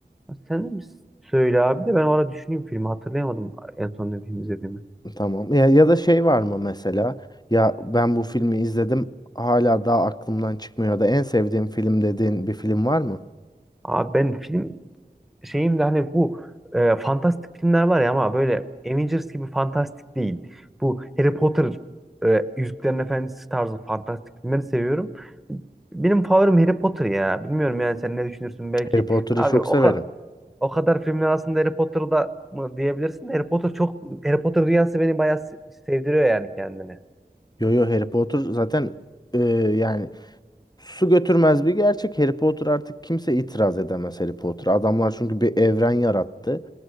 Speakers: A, in the centre; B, on the left.
A: Sen söyle abi de ben o ara düşüneyim filmi hatırlayamadım en son ne film izlediğimi.
B: Tamam. Ya, ya da şey var mı mesela? Ya ben bu filmi izledim hala daha aklımdan çıkmıyor ya da en sevdiğim film dediğin bir film var mı?
A: Abi ben film şeyim de hani bu e, fantastik filmler var ya ama böyle Avengers gibi fantastik değil. Bu Harry Potter e, Yüzüklerin Efendisi tarzı fantastik filmleri seviyorum. Benim favorim Harry Potter ya. Bilmiyorum yani sen ne düşünürsün belki.
B: Harry Potter'ı
A: Abi
B: çok
A: o
B: severim.
A: kadar o kadar filmler aslında Harry Potter'da mı diyebilirsin de Harry Potter çok Harry Potter dünyası beni bayağı se- sevdiriyor yani kendini.
B: Yo yo Harry Potter zaten e, yani su götürmez bir gerçek. Harry Potter artık kimse itiraz edemez Harry Potter. Adamlar çünkü bir evren yarattı